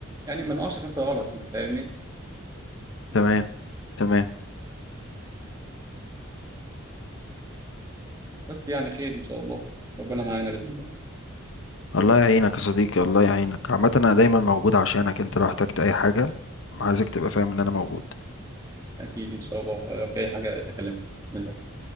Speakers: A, on the right; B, on the left.
A: يعني ما نقعش في نفس الغلط انت فاهمني
B: تمام تمام
A: بس يعني خير ان شاء الله ربنا معانا باذن الله
B: الله يعينك يا صديقي الله يعينك عامة أنا دايما موجود عشانك أنت لو احتجت أي حاجة عايزك تبقى فاهم إن أنا موجود
A: اكيد ان شاء الله آه، في اي حاجه اكلمك باذن الله